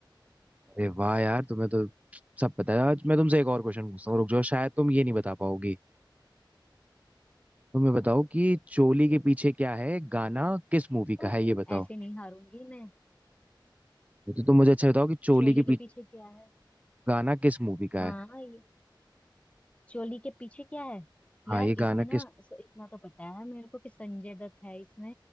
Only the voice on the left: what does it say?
तो
ऐसे नहीं हारूंगी मैं
चोली
के
पीछे क्या है
हाँ
ये चोली के पीछे क्या है यार
इसमें
ना स- इतना तो पता है मेरे को कि संजय दत्त है इसमें